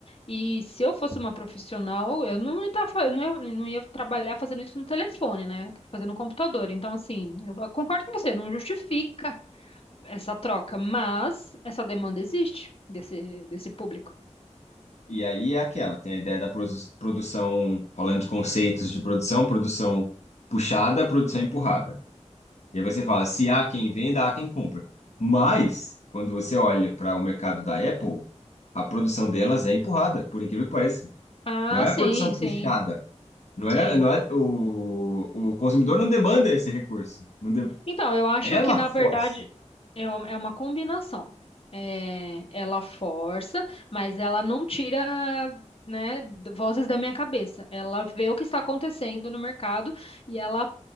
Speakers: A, on the left; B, on the left.
A: E se eu fosse uma profissional, eu não ia, tá fa- não ia, não ia trabalhar fazendo isso no telefone, né? Fazendo no computador. Então, assim, eu concordo com você, não justifica essa troca, mas essa demanda existe desse, desse público.
B: E aí é aquela, tem a ideia da produ- produção, falando de conceitos de produção, produção puxada, produção empurrada. E aí você fala, se há quem venda, há quem compra. Mas, quando você olha para o mercado da Apple, a produção delas é empurrada, por incrível que pareça.
A: Ah,
B: Não é
A: sim,
B: a produção
A: sim.
B: puxada, não
A: Sim.
B: é, não é o, o consumidor não demanda esse recurso. Não de-
A: Então, eu acho
B: ela
A: que, na verdade,
B: força.
A: é uma é uma combinação. É, ela força, mas ela não tira, né, d- vozes da minha cabeça. Ela vê o que está acontecendo no mercado e ela